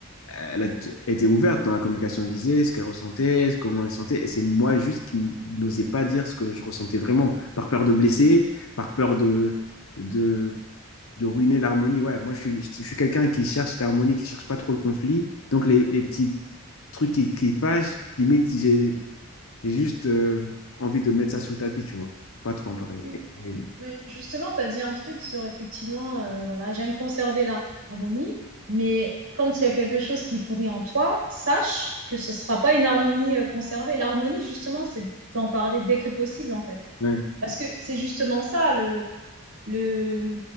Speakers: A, on the left; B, on the right.
A: elle a t- été ouverte dans la communication, elle disait ce qu'elle ressentait, ce- comment elle sentait, et c'est moi juste qui n'osais pas dire ce que je ressentais vraiment, par peur de blesser, par peur de, de, de ruiner l'harmonie. Ouais, moi je suis, je suis quelqu'un qui cherche l'harmonie, qui cherche pas trop le conflit, donc les, les petits trucs qui, qui fâchent, limite j'ai j'ai juste euh, envie de mettre ça sous le tapis, tu vois, pas trop en parler.
B: vois.
A: Et- et-
B: Mais justement, tu as dit un truc sur effectivement, euh, voilà, j'aime conserver l'harmonie mais quand il y a quelque chose qui pourrit en toi, sache que ce sera pas une harmonie euh, conservée. L'harmonie, justement, c'est d'en parler dès que possible, en fait.
A: ouais,
B: Parce que c'est justement ça, le, le,